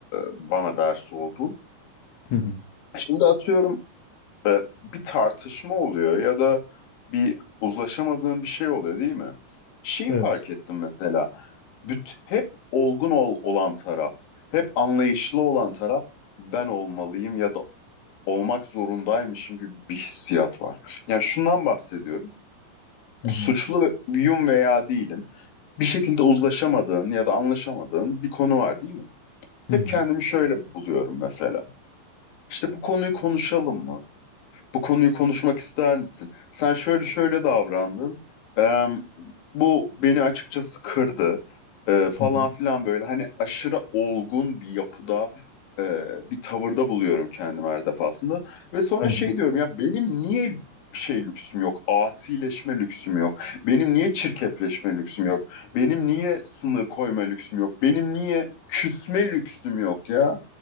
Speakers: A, on the left (about 85°); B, on the left (about 70°).
A: bana ders oldu.
B: Hı hı.
A: Şimdi atıyorum e, bir tartışma oluyor ya da bir uzlaşamadığın bir şey oluyor değil mi? Şey
B: Evet.
A: fark ettim mesela, büt, hep olgun ol, olan taraf, hep anlayışlı olan taraf ben olmalıyım ya da olmak zorundaymışım gibi bir hissiyat var. Yani şundan bahsediyorum
B: Hı
A: suçlu
B: hı.
A: ve- yum veya değilim. Bir şekilde uzlaşamadığın ya da anlaşamadığın bir konu var değil mi? Hep
B: Hı hı.
A: kendimi şöyle buluyorum mesela. İşte bu konuyu konuşalım mı? Bu konuyu konuşmak ister misin? Sen şöyle şöyle davrandın. Eee, bu beni açıkçası kırdı. Eee, falan
B: Hı hı.
A: filan böyle. Hani aşırı olgun bir yapıda, eee, bir tavırda buluyorum kendimi her defasında. Ve sonra
B: Hı
A: şey
B: hı.
A: diyorum ya benim niye şey lüksüm yok? Asileşme lüksüm yok. Benim niye çirkefleşme lüksüm yok? Benim niye sınır koyma lüksüm yok? Benim niye küsme lüksüm yok ya?